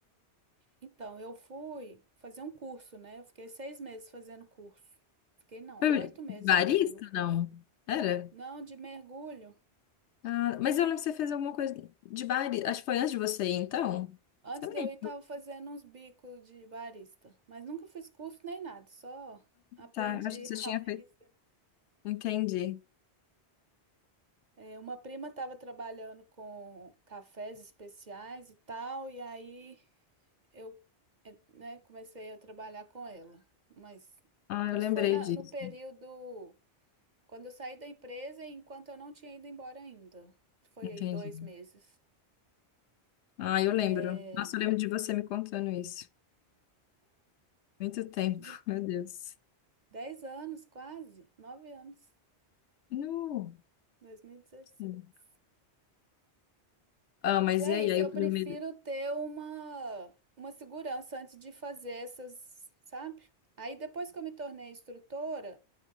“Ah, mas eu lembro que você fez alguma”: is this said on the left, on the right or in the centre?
Left